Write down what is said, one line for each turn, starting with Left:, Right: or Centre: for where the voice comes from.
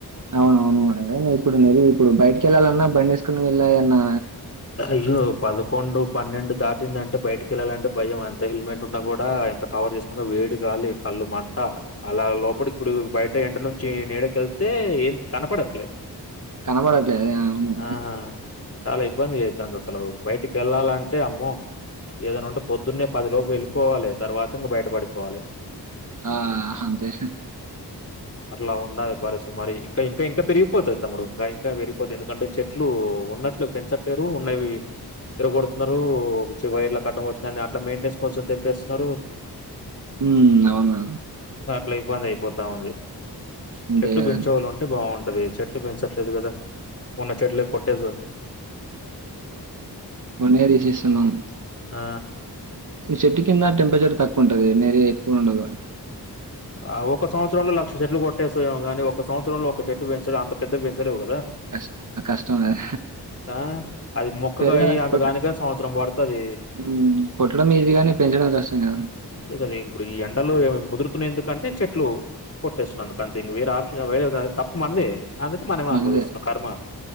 Right: అవునవును అవున ఇప్పుడు మరి ఇప్పుడు బయటకిెళ్ళాలన్నా బండిేసుకుొని వెళ్ళాయి అన్నా.
Left: అయ్యో పదకొండు పన్నెండు దాటిందంటే బయటకి కిిళ్లాలంటే భయం ఎంత హెల్మెట్ ఉన్నా కూడా ఎంత కవర్ చేసుకునా వేడి గాలి కళ్ళు మంట అలా లోపడీ ఇప్పుడు బయట ఎండ నుంచి నీడకెళ్తే ఏం కనపడట్లే.
Right: కనపడలే అవునను
Left: ఆ! చాలా ఇ ఇబ్బంది ఐతుంది అసలు బయటికి వెళ్ళాలంటే అమో ఏదనా ఉంటే పొద్దున్నే పది లోపు వెళ్ళిపోవాలి తర్వాత ఇంక బయట పడిపోవాలి.
Right: ఆ అంతే
Left: అట్లా ఉందధి పరిస్మ మరి ఇంకా ఇంకా ఇంకా పెరిగిపోతది తమ్ముడు ఇంకా పెరిగిపోతుంది ఎందుకంటే చెట్లు ఉన్నట్లు. పెంచట్లేరు ఉన్నవి విరగొడుతున్నారుచ్చ వైర్లా ఆడ్డం వచ్చిననీ అట్లా మెయింటెనెన్స్ కొంసం తెంపేస్తున్నారు.
Right: ఉ అవును
Left: ఇట్లా ఇబ్బంది అయిపోతా ఉంది
Right: అంతే
Left: చెట్లు
Right: కదండీ.
Left: పెంచేవలు ఉంటే బాఉం అదే చెట్ చూపించట్లేదు కదా ఉన్న చెట్లే కొట్టేసం
Right: ఉన్నయే తీసేస్తున్నమ్
Left: ఆ
Right: చెట్టుకింద టెంప తక్కువ ఉంటది నేరి ఎక్కువుండదుండి
Left: ఆ ఒక సంవత్సరంలో లక్ష చెట్లు కొట్టేస్త మేమో కాని ఒక సంవత్సరంలో ఒక చెట్టు పెంచడం అంత పెద్దగా పెంచలేవు కదా దా
Right: కష్ కష్టం అది.
Left: అ అది మెుక్క
Right: పెరగాల
Left: అంతదానికే
Right: కొట్
Left: సంవత్సరం పడుతది
Right: హ్మ్. కొట్టడం ఈజీ గానీ పెంచడం కష్టం కదా!
Left: అదే కదా ఇప్పుడు ఈ ఎండలు ప ఎందుకంటే చెట్లు కొట్టేస్తున్నందుకంతే ఇంగ వేరే ఆప్షన్ వేరే తప్పు మనదే అందుకు మనమే
Right: మనదే.
Left: అనుభవిస్తున్నాం కర్మ